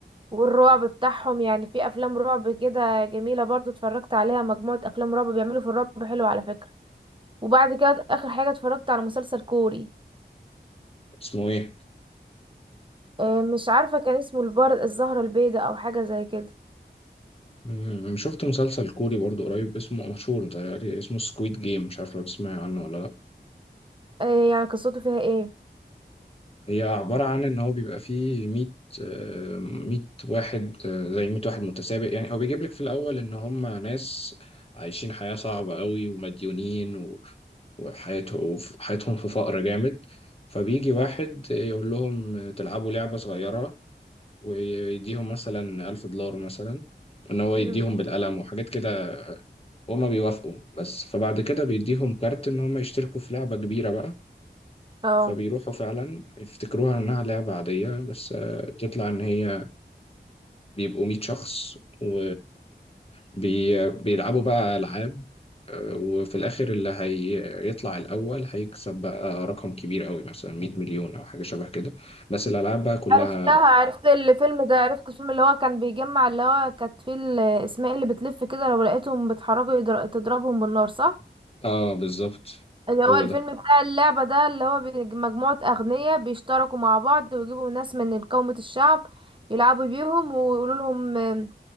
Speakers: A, on the right; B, on the left.
A: والرعب بتاعهم يعني في أفلام رعب كده جميلة برضو اتفرجت عليها مجموعة أفلام رعب بيعملوا في الرعب حلو على فكرة وبعد كده آخر حاجة اتفرجت على مسلسل كوري
B: اسمه ايه
A: آه، مش عارفة كان اسمه البار الزهرة البيضاء أو حاجة زي كده
B: مم، شفت مسلسل كوري برضو قريب اسمه مشهور ده اسمه سكويد جيم مش عارف لو تسمعي عنه ولا لا
A: آه، يعني قصته فيها ايه
B: هي عبارة عن إن هو بيبقى فيه 100 100 واحد آه، زي 100 واحد متسابق يعني هو بيجيب لك في الأول إن هم ناس عايشين حياة صعبة قوي ومديونين وحياته حياتهم في فقر جامد فبيجي واحد يقول لهم تلعبوا لعبة صغيرة ويديهم مثلا ألف دولار مثلا إن هو
A: مم.
B: يديهم بالقلم وحاجات كده وهما بيوافقوا بس فبعد كده بيديهم كارت إن هما يشتركوا في لعبة كبيرة بقى
A: اه
B: فبيروحوا فعلا يفتكروها إنها لعبة عادية بس آه، تطلع إن هي بيبقوا 100 شخص و بي... بيلعبوا بقى ألعاب وفي الآخر اللي هيطلع الأول هيكسب بقى رقم كبير قوي مثلا 100 مليون أو حاجة شبه كده بس الألعاب بقى كلها
A: عرفتها عرفت الفيلم ده عرفت الفيلم اللي هو كان بيجمع اللي هو كانت فيه الاسماء اللي بتلف كده لو لقيتهم بيتحركوا يضر- تضربهم بالنار صح
B: آه بالظبط
A: اللي هو
B: هو
A: الفيلم
B: ده
A: بتاع اللعبة ده اللي هو بي- مجموعة أغنياء بيشتركوا مع بعض ويجيبوا ناس من قومة الشعب يلعبوا بيهم ويقولوا لهم آم،